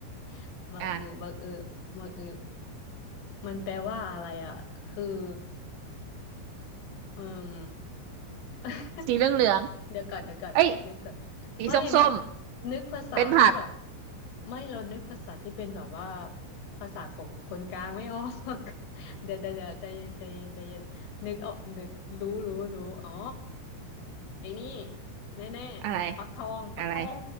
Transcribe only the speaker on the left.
<laughs> บักเออบักเออบักเออ
มันแปลว่าอะไรอ่ะคืออืม <laughs>
เดี๋ยวก่อนเดี๋ยวก่อนนึกก่อนไม่มัน
นึกภาษาที่แบบ
ไม่เรานึกภาษาที่เป็นแบบว่าภาษาของคนกลางไม่ออก <laughs> เดี๋ยวเดี๋ยวเดี๋ยวใจเย็นใจเย็นใจเย็นนึกออกนึกรู้รู้รู้อ๋อไอ้นี่แน่ๆปักทองปักทอง